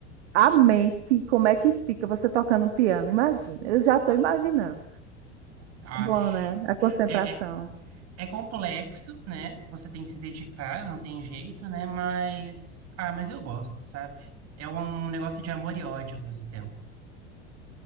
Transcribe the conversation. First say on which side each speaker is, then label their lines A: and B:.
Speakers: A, on the right; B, on the right.
A: a mente, como é que fica você tocando um piano? Imagina, eu já estou imaginando.
B: Ah,
A: É bom, né? A concentração.
B: é, é, É complexo, né? Você tem que se dedicar, não tem jeito, né? Mas, ah, mas eu gosto, sabe? É um um negócio de amor e ódio ao mesmo tempo.